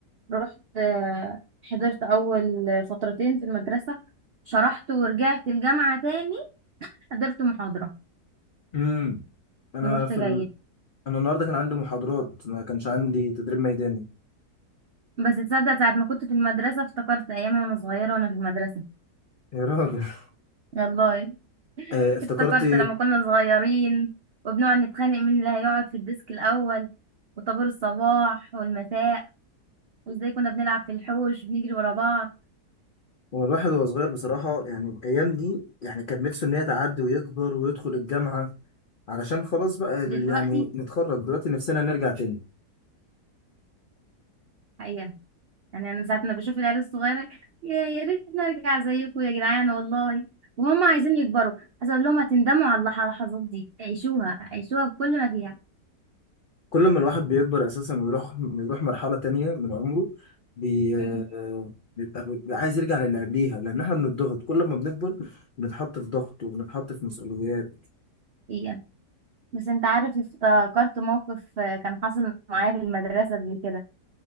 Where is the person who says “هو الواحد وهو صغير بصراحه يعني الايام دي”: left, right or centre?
Left